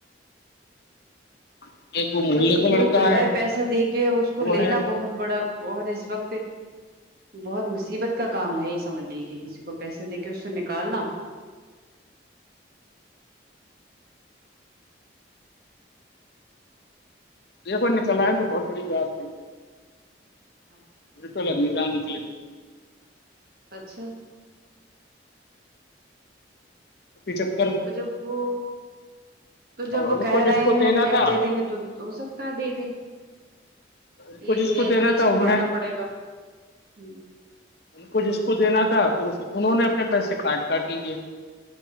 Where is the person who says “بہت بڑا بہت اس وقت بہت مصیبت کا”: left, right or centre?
Right